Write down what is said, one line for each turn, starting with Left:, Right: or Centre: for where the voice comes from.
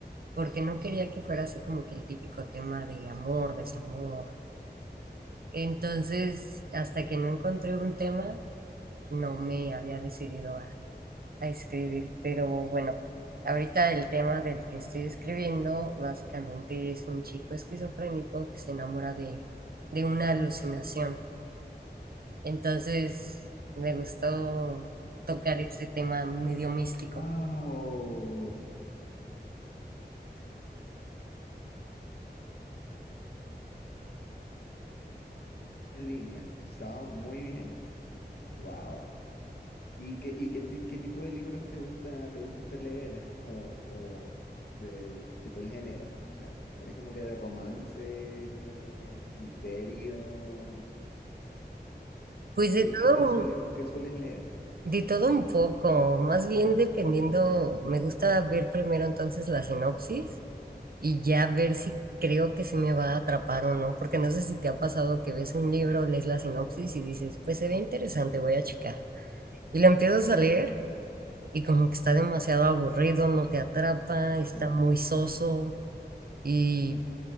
Right: porque no quería que fuera así como que el típico tema de amor, desamor. Entonces, hasta que no encontré un tema, no me había decidido a, a escribir, pero bueno, ahorita el tema del que estoy escribiendo básicamente es un chico esquizofrénico que se enamora de, de una alucinación. Entonces me gustó tocar ese tema medio místico.
Left: Guau. en línea. Estaba muy bien. Wow. ¿Y qué, y qué, ti- qué tipo de libros te gusta, te gusta leer? <laughs> O, o del el tipo el género. O sea, ¿eres como que de romance, eh, misterio?
Right: Pues de
Left: ¿Qué,
Right: todo
Left: qué te
Right: un-
Left: suele, qué sueles leer?
Right: de todo un poco, más bien dependiendo, me gusta ver primero entonces la sinopsis y ya ver si creo que se me va a atrapar o no, porque no sé si te ha pasado que ves un libro, lees la sinopsis y dices, pues se ve interesante, voy a checar. Y lo empiezas a leer y como que está demasiado aburrido, no te atrapa,
Left: Sí,
Right: está muy soso y